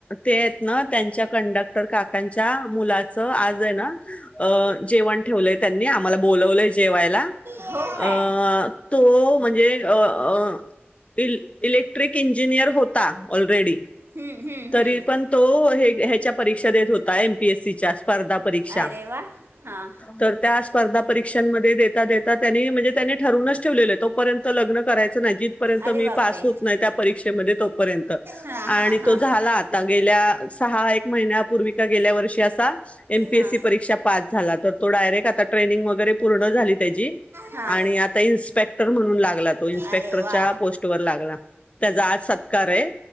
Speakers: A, on the left (about 30°); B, on the right (about 65°).
A: ते आहेत ना त्यांच्या कंडक्टर काकांच्या मुलां च आज आहे ना जेवण ठेवलंय त्यांनी आम्हाला बोलावलंय जेवायला.
B: हो काय
A: अ तो म्हणजे अ अ इलेक्ट्रिक इंजिनियर होता. ऑलरेडी
B: हम्म, हम्म,
A: तरी
B: हम्म.
A: पण तो ह्याच्या परीक्षा देत होता एमपीएससीच्या स्पर्धा परीक्षा
B: अरे वा हां
A: तर त्या स्पर्धा परीक्षांमध्ये देता देता त्यांनी म्हणजे त्यांनी ठरूनच ठेवलेलं तोपर्यंत लग्न करायचं जिथपर्यंत
B: अरे
A: मी
B: बापरे
A: पास होत नाही. त्या परीक्षेमध्ये तोपर्यंत
B: हां हां
A: आणि
B: हां
A: तो झाला आता गेल्या सहा एक महिन्यापूर्वी गेल्या वर्षी असा एमपीएससी
B: हां
A: परीक्षा पास झाला तर तो डायरेक् आता ट्रेन ट्रेनिंग वगैरे पूर्ण झाली त्याची,
B: हां
A: आणि आता इन्स्पेक्टर म्हणून लागला तो इन्स्पेक्टरच्या
B: अरे वा
A: पोस्ट वर लागला. त्याचा आज सत्कार आहे,